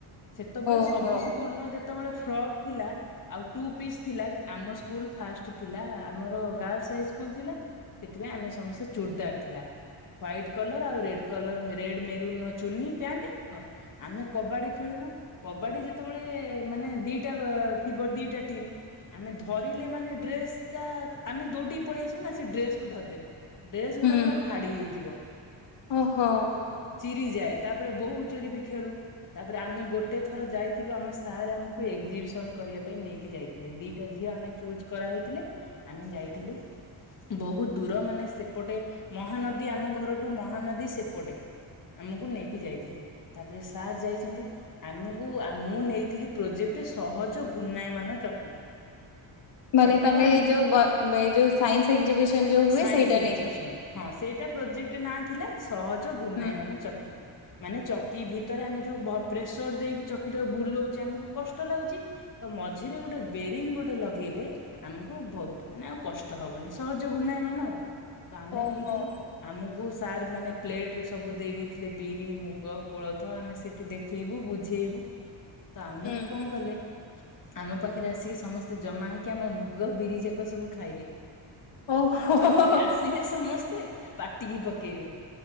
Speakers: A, on the left (about 45°); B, on the left (about 85°).
A: ସେତେବେଳେ
B: ଓହୋ
A: ସବୁ ସ୍କୁଲର ଯେତେବେଳେ ଫ୍ରକ୍ ଥିଲା ଆଉ ଟୁ ପିସ୍ ଥିଲା ଆମ ସ୍କୁଲ ଫାଷ୍ଟ ଥିଲା ଆମର ଗାର୍ଲସ ହାଇ ସ୍କୁଲ ଥିଲା। ସେଥିପାଇଁ ଆମେ ସମସ୍ତେ ଚୋରଦାର ଥିଲା। ହ୍ୱାଇଟ୍ କଲର୍ ଆଉ ରେଡ୍ କଲର ରେଡ୍ ମେରୁନ୍ ଚୁନି ପ୍ୟାଣ୍ଟ୍ ହଁ ଆମେ କବାଡ଼ି ଖେଳିବୁ କବାଡି ଯେତେବେଳେ ମାନେ ଦିଟା ଥିବ ଦିଟା ଟିମ୍ ଆମେ ଧରିଲେ ମାନେ ଡ୍ରେସ ଟା ଆମେ ଦୌଡିକି ପଳେଇ ଆସିବୁ ନା ସେ ଡ୍ରେସକୁୁ ଧରିଦେବେ। ଡ୍ରେସ ଗୁଡା
B: ହୁଁ
A: ପୁରା ଫାଡି ହେଇଯିବ
B: ଓହୋ
A: ଚିରିଯାଏ ତାପରେ ବହୁତ ଚୋରି ବି ଖେଳୁ। ତାପରେ ଆମେ ଗୋଟେ ଥର ଯାଇଥିଲୁ ଆମ ସାରେ ଆମକୁ ଏକ୍ଜିିବିସନ କରିବା ପାଇଁ ନେଇକି ଯାଇଥିଲେ ଦିଟା ଝିଅ ଆମେ ଚୁଜ କରାହେଇଥିଲେ ଆମେ ଯାଇଥିଲୁ। ବହୁତ ଦୂର ମାନେ ସେପଟେ ମହାନଦୀ ଆମ ଘରଠୁ ମହାନଦୀ ସେପଟେ। ଆମକୁ ନେଇକି ଯାଇଥିଲେ ତାପରେ ସାର୍ ଯାଇଛନ୍ତି ଆମକୁ ମୁଁ ନେଇଥିଲି ପ୍ରୋଜେକ୍ଟରେ ସହଜ ଘୁର୍ଣ୍ଣାୟ ମାନ ଚକି।
B: ମାନେ
A: ଚକିରେ
B: ତମେ
A: ଆମେ
B: ଏ ଯେଉଁ
A: ଯୋଉ
B: ଏଇ ଯେଉଁ ସାଇନ୍ସ ଏକ୍ଜିବିସନ୍ ଯେଉଁ ହୁଏ
A: ସାଇନ୍ସ
B: ସେଇଟା
A: ଏକ୍ଜିବିସନ
B: ନେଇଥାନ୍ତ।
A: ହଁ ସେଇଟା ପ୍ରୋଜେକ୍ଟ ନାଁ ଥିଲା ସହଜ ଗୁର୍ଣ୍ଣାୟ
B: ହୁଁ
A: ମାନ ଚକି। ମାନେ ଚକି କି ଭିତରେ ଆମେ ଯୋଉ ବ ପ୍ରେସର ଦେଇକି ଚକିଟାକୁ ବୁଲଉଛଚେ ଆମକୁ କଷ୍ଟ ଲାଗୁଚି। ତ ମଝିରେ ଗୋଟେ ବେରିଙ୍ଗ ଗୋଟେ ଲଗେଇଲେ ଆମକୁ ବହୁ ମାନେ ଆଉ କଷ୍ଟ ହବନି। ସହଜ ଘୂର୍ଣୟ ମାନ ଆଉ। ତ ଆମେ
B: ଓହୋ
A: ନେଇଥିଲୁ ଆମକୁ ସାର୍ ମାନେ ପ୍ଲେଟରେ ସବୁ ଦେଇ ଦେଇେଇଥିଲେ ବିରି, ମୁଗ। କୋଳଥ ଆମେ ସେଇଠି ଦେଖେଇବୁ, ବୁଝେଇବୁ। ତ ଆମକୁ
B: ହୁଁ ହୁଁ
A: କଣ କଲେ ଆମ ପାଖରେ ଆସିକି ସମସ୍ତେ ଜମା ହେଇକି ଆମ ମୁଗ ବିରିଯାକ ସବୁ ଖାଇଲେ।
B: ଓହୋ
A: ପାଟିକି ଆସିବେ ସମସ୍ତେ ପାଟିକି ପକେଇବେ।